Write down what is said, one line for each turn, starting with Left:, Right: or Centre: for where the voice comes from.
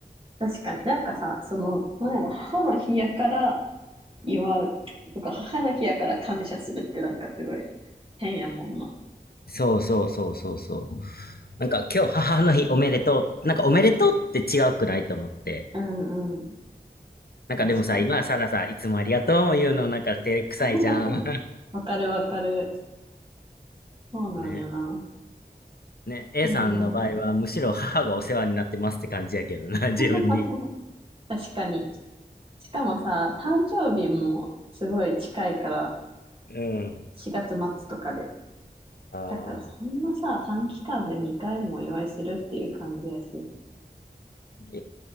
Right: 確かになんかさ、その、なんやろ、母の日やから祝うとか、母の日やから感謝するってなんかすごい変やもんな。
Left: そうそうそうそうそう。なんか今日母の日おめでとう。なんかおめでとうって違うくないと思って。
Right: うんうん。
Left: なんかでもさ、
Right: 確かに。
Left: 今さらさ、いつもありがとうも言うのなんか照れくさいじゃん。
Right: <laughs> わかるわかる。
Left: <laughs>
Right: そうなんよな。
Left: ね。ね。A
Right: あの、
Left: さんの場合はむしろ母がお世話になってますって感じやけどな、
Right: <laughs>
Left: 自分に。
Right: 確かに。しかもさ、誕生日もすごい近いから、
Left: うん。
Right: 4月末とかで。
Left: あ
Right: だからそんなさ、短期間で2回もお祝いするっていう感じやし。
Left: ー